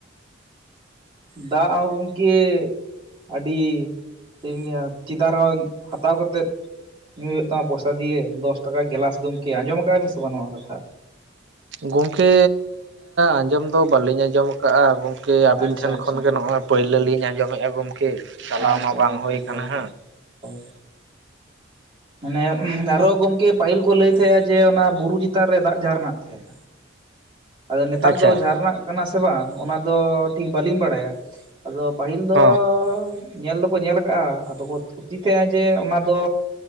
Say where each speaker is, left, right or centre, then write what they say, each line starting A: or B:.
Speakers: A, on the right (about 25°); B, on the right (about 65°).
A: ᱫᱟᱜ ᱦᱚᱸ ᱜᱚᱢᱠᱮ ᱟᱹᱰᱤ ᱪᱮᱫ ᱤᱧ ᱞᱟᱹᱭᱟ ᱪᱮᱛᱟᱱ ᱨᱮᱦᱚᱸ ᱦᱟᱛᱟᱣ ᱠᱟᱛᱮᱫ ᱧᱩᱭ ᱦᱩᱭᱩᱜ ᱛᱟᱢᱟ ᱯᱚᱭᱥᱟ ᱫᱤᱭᱮ ᱫᱚᱥ ᱴᱟᱠᱟ ᱜᱮᱞᱟᱥ ᱜᱚᱝᱠᱮ ᱟᱸᱡᱚᱢ ᱟᱠᱟᱫ ᱵᱤᱱ ᱥᱮ ᱵᱟᱝ ᱱᱚᱣᱟ ᱠᱟᱛᱷᱟ᱾
B: ᱜᱚᱢᱠᱮ ᱟᱸᱡᱚᱢ ᱫᱚ ᱵᱟᱹᱞᱤᱧ ᱟᱸᱡᱚᱢ ᱟᱠᱟᱜ-ᱟ ᱜᱚᱢᱠᱮ ᱟᱹᱵᱤᱱ
A: ᱟᱪᱪᱷᱟ
B: ᱴᱷᱮᱱ
A: ᱟᱪᱪᱷᱟ
B: ᱠᱷᱚᱱᱜᱮ ᱱᱚᱜ-ᱚᱭ ᱯᱳᱭᱞᱟᱹ ᱞᱤᱧ ᱟᱸᱡᱚᱢᱮᱫ-ᱟ ᱜᱚᱢᱠᱮ ᱪᱟᱞᱟᱣ
A: ᱟᱪᱪᱷᱟ
B: ᱢᱟ ᱵᱟᱝ
A: ᱜᱚᱝᱠᱮ
B: ᱦᱩᱭ
A: ᱦᱳᱭ
B: ᱠᱟᱱᱟ ᱦᱟᱸᱜ
A: ᱦᱳᱭ ᱦᱳᱭ ᱢᱟᱱᱮ ᱟᱨᱚ ᱜᱚᱢᱠᱮ ᱯᱟᱹᱦᱤᱞ ᱠᱚ ᱞᱟᱹᱭ ᱛᱟᱦᱮᱸᱜ-ᱟ ᱡᱮ ᱚᱱᱟ ᱵᱩᱨᱩ ᱪᱮᱛᱟᱱ ᱨᱮ ᱫᱟᱜ ᱡᱷᱟᱨᱱᱟᱜ ᱛᱟᱦᱮᱸᱫ ᱟᱫᱚ ᱱᱮᱛᱟᱨ
B: ᱟᱪᱪᱷᱟ
A: ᱫᱚ ᱡᱷᱟᱨᱱᱟᱜ ᱠᱟᱱᱟ ᱥᱮ ᱵᱟᱝ ᱚᱱᱟ ᱫᱚ ᱴᱷᱤᱠ ᱵᱟᱹᱞᱤᱧ ᱵᱟᱲᱟᱭᱟ ᱟᱫᱚ ᱯᱟᱦᱤᱞ ᱫᱚᱻ
B: ᱦᱚᱸ
A: ᱧᱮᱞ ᱫᱚᱠᱚ ᱧᱮᱞ ᱟᱠᱟᱜ-ᱟ ᱟᱫᱚ ᱠᱚ ᱛᱷᱩᱛᱤ ᱛᱟᱦᱮᱸᱜ-ᱟ ᱡᱮ ᱚᱱᱟ ᱫᱚ